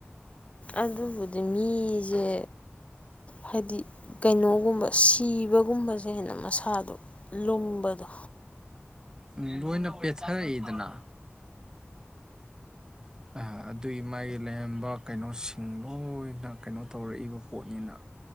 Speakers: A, on the left; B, on the right.
A: ꯑꯗꯨꯕꯨꯗꯤ ꯃꯤꯁꯦ ꯍꯥꯏꯗꯤ ꯀꯩꯅꯣ ꯒꯨꯝꯕ ꯁꯤꯕꯒꯨꯝꯕꯖꯤꯅ ꯍꯦꯟꯅ ꯃꯁꯥꯗꯣ ꯂꯨꯡꯕꯗꯣ
B: ꯎꯝ ꯂꯣꯏꯅ ꯄꯦꯊꯔꯛꯏꯗꯅ ꯑꯥ ꯑꯗꯨꯒꯤ ꯃꯥꯒꯤ ꯂꯩꯔꯝꯕ ꯀꯩꯅꯣꯁꯤꯡ ꯂꯣꯏꯅ ꯀꯩꯅꯣ ꯇꯧꯔꯛꯏꯕ ꯄꯣꯠꯅꯤꯅ